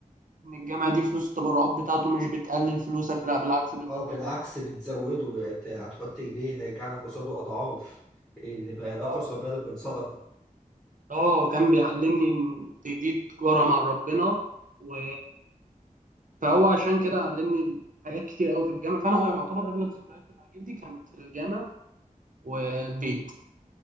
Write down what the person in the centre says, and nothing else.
اه بالعكس بتزوده يعني انت هتحط ايديه هيرجع لك قصاده اضعاف إيه، يبقى ينقص
وبال من صدقه